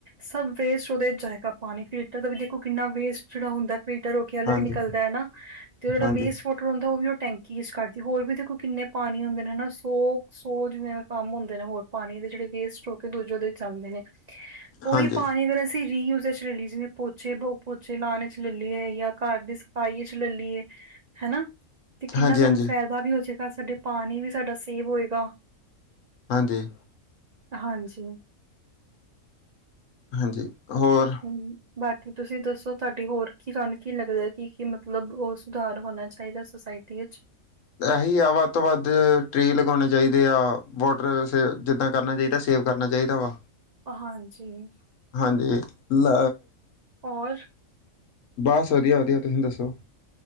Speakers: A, on the right (about 85°); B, on the left (about 70°).
A: ਸਭ ਵੇਸਟ ਉਹਦੇ ਜਾਏਗਾ ਪਾਨੀ ਫਿਲਟਰ ਦਾ ਵੀ ਦੇਖੋ ਕਿੰਨਾ ਵੇਸਟ ਜਿਹੜਾ ਹੁੰਦਾ ਫਿਲਟਰ ਹੋ ਕੇ ਅਲੱਗ
B: ਹਾਂਜੀ,
A: ਨਿਕਲਦਾ ਏ ਨਾ ਤੇ ਉਹ ਜਿਹੜਾ
B: ਹਾਂਜੀ,
A: ਵੇਸਟ ਵਾ ਹੁੰਦਾ ਉਹ ਵੀ ਉਹ ਟੈਂਕੀ ਸ ਕੱਢਦੀ ਹੋਰ ਵੀ ਦੇਖੋ ਕਿੰਨੇ ਪਾਨੀ ਹੁੰਦੇ ਨੇ ਨਾ ਸੌ ਸੌ ਜਿਵੇਂ ਕੰਮ ਹੁੰਦੇ ਨੇ ਹੋਰ ਪਾਣੀ ਦੇ ਜਿਹੜੇ ਵੇਸਟ ਹੋ ਕੇ ਦੂਜੇ ਉਦੇ ਚ ਜਾਂਦੇ ਨੇ ਉਹੀ
B: ਹਾਂਜੀ,
A: ਪਾਣੀ ਅਗਰ ਅਸੀਂ ਰੀਯੂਜ ਇਚ ਲਲੀਏ ਜਿਵੇਂ ਪੋਚੇ ਦੋ ਪੋਚੇ ਲਾਨ ਇਚ ਲਲੀਏ ਯਾ ਘਰ ਦੀ ਸਫਾਈ ਇਚ ਲਲੀਏ ਹੈਨਾ ਤੇ ਕਿੰਨਾ
B: ਹਾਂਜੀ,
A: ਸਾਨੂੰ ਫੈਦਾ
B: ਹਾਂਜੀ,
A: ਵੀ ਹੋ ਜਾਏਗਾ ਸਾਡੇ ਪਾਨੀ ਵੀ ਸਾਡਾ ਸੇਵ ਹੋਏਗਾ
B: ਹਾਂਜੀ
A: ਹਾਂਜੀ।
B: ਹਾਂਜੀ, ਹੋਰ?
A: ਹੂੰ, ਬਾਕੀ ਤੁਸੀਂ ਦੱਸੋ, ਤੁਹਾਡੀ ਹੋਰ ਕੀ ਤੁਹਾਨੂੰ ਕੀ ਲੱਗਦਾ, ਕੀ-ਕੀ ਮਤਲਬ ਉਹ ਸੁਧਾਰ ਹੋਣਾ ਚਾਹੀਦਾ? ਸੁੋਸਾਇਟੀ ਇੱਚ
B: ਐਹੀ ਆ ਵੱਧ ਤੋਂ ਵੱਧ ਟ੍ਰੀ ਲਗਾਉਣੇ ਚਾਹੀਦੇ ਆ, ਵੋਟਰ ਸੇ ਜਿੱਦਾਂ ਕਰਨਾ ਚਾਈਦਾ ਸੇਵ। ਕਰਨਾ ਚਾਈਦਾ ਵਾ।
A: ਹਾਂਜੀ।
B: ਹਾਂਜੀ, ਲ
A: ਔਰ?
B: ਬਸ ਵਧੀਆ-ਵਧੀਆ ਤੁਹੀਂ ਦੱਸੋ?